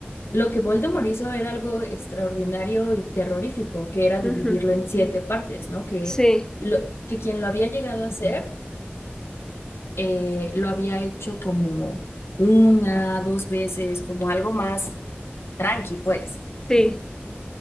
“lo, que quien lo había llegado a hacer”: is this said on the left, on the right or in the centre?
Left